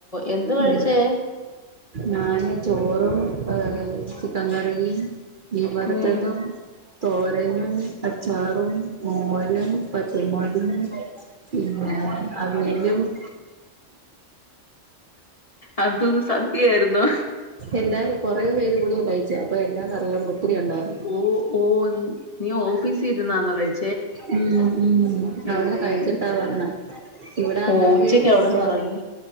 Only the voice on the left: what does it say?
എന്ത് കഴിച്ചേ
ഉം
അതും സദ്യയായിന്നോ
ഓഹ് ഓഹ് നീ ഓഫീസിരുന്നാന്നോ കഴിച്ചെ
ഉം
ഓ ഉച്ചക്ക് അവിടെന്ന്
ഇറങ്ങി